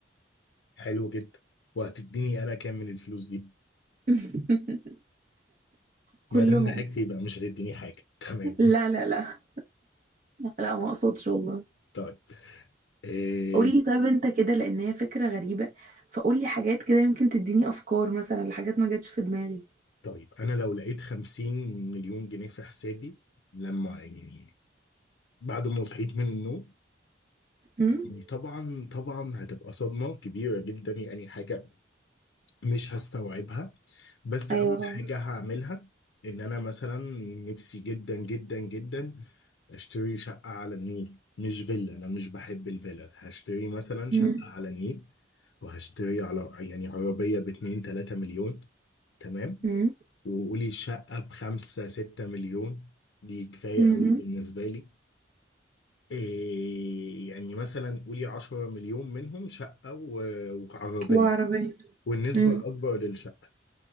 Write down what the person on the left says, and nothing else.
حلو جدا وهتديني انا كام من الفلوس دي
ما دام ضحكت يبقى مش هتديني حاجه <laughs> تمام
طيب إيه
طيب انا لو لقيت 50 مليون جنيه في حسابي لما يعني بعد ما صحيت من النوم
يعني طبعا طبعا هتبقى صدمه كبيره جدا يعني حاجه مش هستوعبها بس
مم. اول
حاجة هعملها ان انا مثلا نفسي جدا جدا جدا اشتري شقة على النيل مش فيلا انا مش بحب الفيلا هشتري مثلا شقة
على النيل وهشتري على يعني عربية باتنين تلاتة مليون تمام
وقولي شقة بخمسة ستة مليون دي كفاية
مم. قوي بالنسبة لي إيه يعني مثلا قولي عشرة مليون منهم شقة و- وعربية
والنسبة
الأكبر للشقة